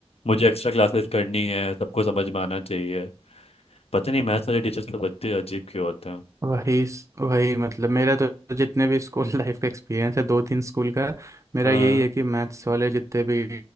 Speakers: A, on the left; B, on the right.
A: मुझे एक्स्ट्रा क्लासेस करनी है सबको समझ में आना चाहिए पता नहीं मैथ्स वाले टीचर्स तो बच्चे अजीब क्यों होते
B: वही वही मतलब मेरा तो जितने भी स्कूल <laughs> लाइफ का एक्सपीरियंस है दो तीन स्कूल का मेरा
A: हैं
B: यही है कि मैथ्स वाले जितने भी